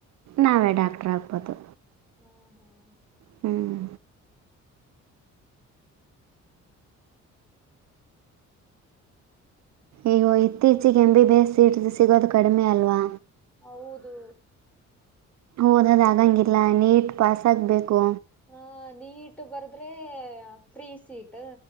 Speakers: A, on the right; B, in the centre.
A: ನಾವೇ ಡಾಕ್ಟ್ರ್ ಆಗಬೋದು
B: ಹ್ಮ್ ಹ್ಮ್
A: ಹ್ಮ್ ಈಗೋ ಇತ್ತೀಚಿಗೆ M B B S seat ಸಿಗೋದ ಕಡಿಮೆ ಅಲ್ವಾ
B: ಹೌದು
A: ಓದದ ಆಗಂಗಿಲ್ಲ ನೀಟ್ ಪಾಸ್ ಆಗ್ಬೇಕು
B: ಹ ನೀಟ್ ಬರ್ದ್ರೆ ಫ್ರೀ ಸೀಟ್